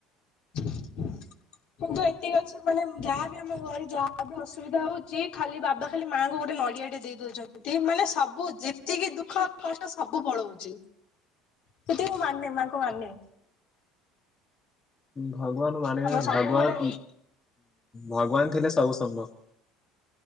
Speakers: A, on the left; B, on the left.
A: କିନ୍ତୁ ଏଇ ଠିକ୍ ଅଛି ମାନେ ଯାହାବି ଆମ ଘରେ ଯାହାବି ଅସୁବିଧା ହଉଛି ଖାଲି ବାବା ଖାଲି ମାଆଙ୍କୁ ଗୋଟେ ନଡିଆ ଟେ ଦେଇ ଦଉଚ ନ୍ତି, ମାନେ ସବୁ ଯେତିକି ଦୁଃଖ କଷ୍ଟ ସବୁ ପଳଉଛି। ସେତିକି ମୁଁ ମାନେ ମା ଙ୍କୁ ମାନେ।
B: ଭଗବାନ୍ ମାନେ
A: ଆମର
B: ଭଗବାନ୍
A: ସବୁବେଳେ
B: ଉଁ ଭଗବାନ୍ ଥିଲେ ସବୁ ହବ।